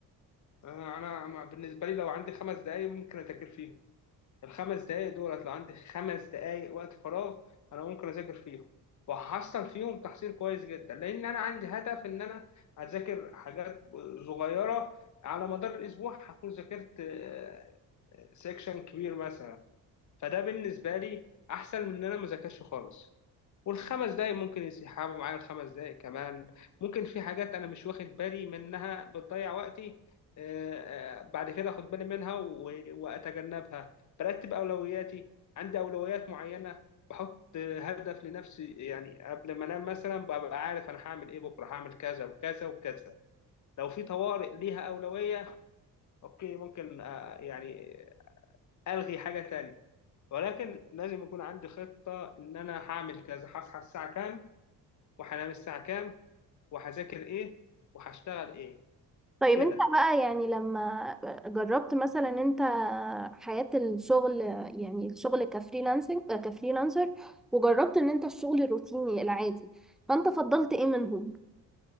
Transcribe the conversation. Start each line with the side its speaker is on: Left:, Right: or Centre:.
Left: انا أنا مع- بالنسبه لي لو عندي خمس دقائق ممكن اذاكر فيهم الخمس دقائق دولت لو عندي خمس دقائق وقت فراغ انا ممكن اذاكر فيهم وهحصل فيهم تحصيل كويس جدا لان انا عندي هدف ان انا اذاكر حاجات صغيره على مدار الاسبوع هكون ذاكرت آه، سيكشن كبير مثلا فده بالنسبه لي احسن من ان انا ما اذاكرش خالص والخمس دقايق ممكن يسحبوا معايا الخمس دقايق كمان ممكن في حاجات انا مش واخد بالي منها بتضيع وقتي آه، آه، بعد كده اخد بالي منها و- واتجنبها برتب اولوياتي عندي اولويات معينه بحط آه، هدف لنفسي يعني قبل ما انام مثلا ببقى عارف انا هعمل ايه بكره هعمل كذا وكذا وكذا لو في طوارئ ليها اولويه اوكي ممكن آه، يعني الغي حاجه تانية ولكن لازم يكون عندي خطه ان انا هعمل كذا هصحى الساعه كام وهنام الساعة كام وهذاكر إيه وهشتغل إيه
Centre: طيب
Left: كده
Centre: انت بقى يعني لما جربت مثلا انت حياة الشغل يعني الشغل كفريلانسنج كفريلانسر وجربت ان انت الشغل الروتيني العادي فانت فضلت ايه منهم